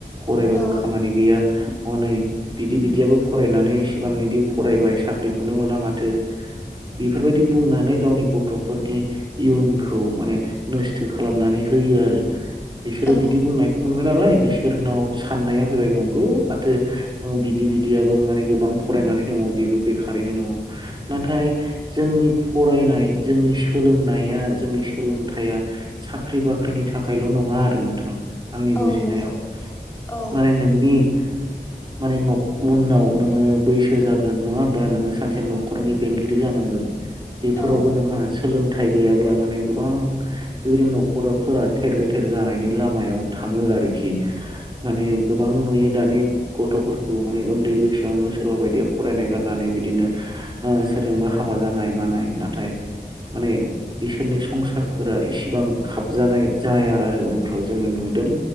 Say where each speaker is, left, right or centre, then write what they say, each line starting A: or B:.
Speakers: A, on the right; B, on the left.
A: फरायबाबो
B: औ
A: खामानि गैया। हनै बिदि बिदियाबो फरायनानै इसिबां बिदि फरायबाय साख्रिखौनो मोना माथो। बिफोरबायदि बुंनानै गावनि गथ'फोरनि इयुनखौ माने नोस्थो खालामनानै हो होयो आरो। बिसोरो
B: औ
A: बिदि बुंनायखौ मोनबाय नालाय बिस फोरनाव साननाया फैबाय नंगौ माथो ओ बिदि बिदियाबो माने गोबां फरायनानै दङ। बि बेबो बेखारैनो दङ नाथाय जोंनि फरायनाय जोंनि सोलोंनाया जोंनि सोलोंथाया साख्रि बाख्रिनि थाखायल' नङा आरो नोंथां। आंनि बुजिनायाव
B: औ नंगौ औ
A: माने नोंनि माने न उनाव नोङो बैसो जागोन। नङा होमबा? नोङो सानसे न'खरनि बेंगिरि जानां गोन बेफोरावबो
B: औ
A: नोंहा सोलों थाइ गैयाब्ला माने गोबां बेबायदि नखराफोरा थेर बेथेर जानायनि लामायाव थाङो आरोखि। <inaudible> माने गोबां नुयो दानि गथ'फोरखौ माने उन्दै बैसोआवनो सोरबा बायदिया फरायनाय गारनानै बिदिनो ओं सोरजोंबा हाबा जानाय मानाय नाथाय माने बिसोरनि संसारफोरा इसिबां खाबजानाय जाया आरो उनफ्राव जोङो नुदों।